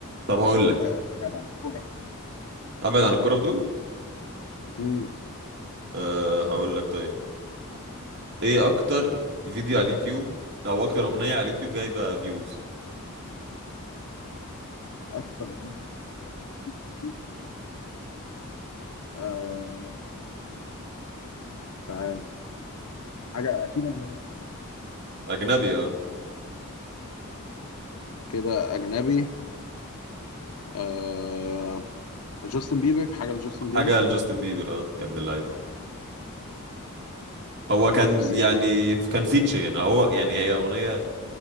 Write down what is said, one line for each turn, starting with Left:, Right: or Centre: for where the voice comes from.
Right: طب هقول لك
Left: آه، ابعد عن الكوره
Right: ابعد عن الكوره بتقول
Left: امم
Right: أه هقول لك طيب ايه اكتر فيديو على اليوتيوب او اكتر اغنيه على اليوتيوب جايبه فيوز
Left: اكتر اغنيه عملت فيوز آه مش عارف حاجه اكيد اجنبيه يعني.
Right: اجنبي اه
Left: كده اجنبي آه جاستن بيبر حاجه لجاستن بيبر
Right: حاجه لجاستن بيبر اه يا ابن اللعيبه هو كان
Left: او انا بس
Right: يعني
Left: يعني
Right: كان فيتشر يعني هو يعني هي اغنيه